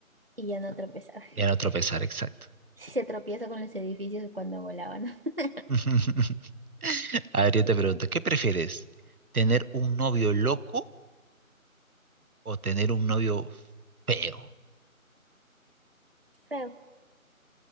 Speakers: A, on the right; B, on the right.
A: y ya no tropezar. <laughs>
B: Ya no tropezar, exacto.
A: Si se tropieza con los edificios cuando volaban. <laughs>
B: <laughs> A ver, yo te
A: Ya.
B: pregunto, ¿qué prefieres? ¿Tener un novio loco o tener un novio feo?
A: Feo.